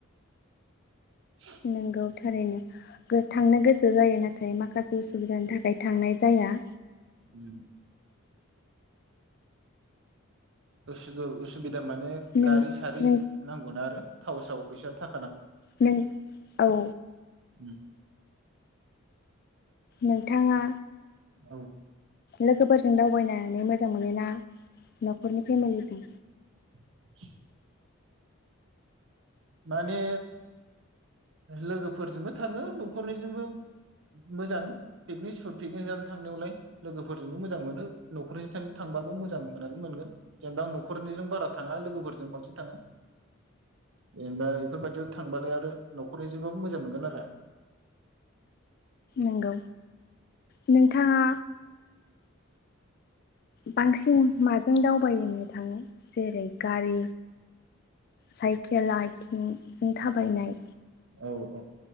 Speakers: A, on the right; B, on the left.
A: <inaudible>
B: नंगौ थारैनो गो-थांनो गोसो जायो ना थाय माखासे उसुबिदानि थाखाय थांनाय जाया।
A: उम उसु दु उसुबि दा माने
B: नों
A: गारि सारि
B: नों
A: नांगौना आरो थाव साव फैसा था
B: नों औ
A: उम
B: नोंथाङा
A: औ
B: लोगोफोरजों दावबायनानै मो जां मोनोना न'खरनि फेमिलिजों
A: <inaudible> माने लोगोफोरजोंबो थाङो न'खरनिजोंबो मोजां पिकनिक स्पट पिकनिक जानो थांनायावलाय लोगोफोरजोंबो मोजां मोनो न'खरनिजों थां थांबाबो मोजां मोननानै मोनगोन जेनेबा न'खरनिजों बारा थाङा लोगोफोरजों बांसिन थाङो जेनेबा बेफोरबायदियाव थांबालाय आरो न'खरनिजोंबाबो मोजां मोनगोन आरो
B: नंगौ नोंथाङा बांसिन माजों दावबायनो थाङो जेरै गारि साइकेल आथिंजों थाबायनाय
A: औ औ